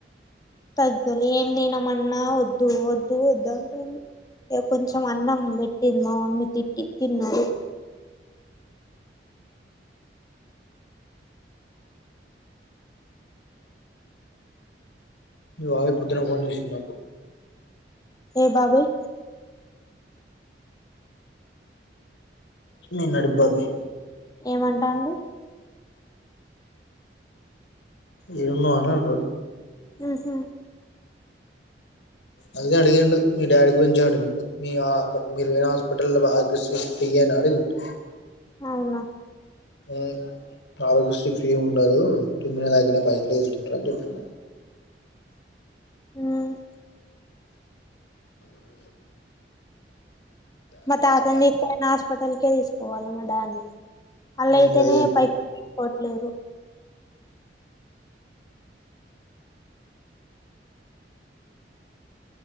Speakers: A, on the left (about 20°); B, on the left (about 90°).
A: తగ్గలె ఏం తినమన్నా వద్దు వద్దు వద్దు ఎ కొంచం అన్నం పెట్టింది మా మమ్మీ తిట్టి తిన్నా
B: మీ బాబాయ్ పొద్దున ఫోన్ చేసిండ్ నాకు
A: ఏ బాబాయి
B: నీ నడిప్ బాబై
A: ఏమంటాండు?
B: ఏడున్నవ్ అన్ అన్నడు.
A: మ్ హ్
B: అదే అడిగిండు మీ డాడీ గురించే అడిగిండు మీ అక్కడ మీరు ఏ హాస్పిటల్ల్లో బాగా <inaudible> డాడీకి కొట్టు
A: అవునా
B: ఏ ఆరోగ్య శ్రీ ఫ్రీ ఉండడు తుమ్మిన దగ్గిన పైసలే తీస్కుంటరన్ చెప్పిన
A: ఉమ్ మ తాతా ఎం చేతండు హాస్పిటల్ కే తీసుకవాలే మా డాడ్ ని అలైతేనే
B: నేను అదే చెప్పిన
A: పైసలు తీసుకోట్లేలేరు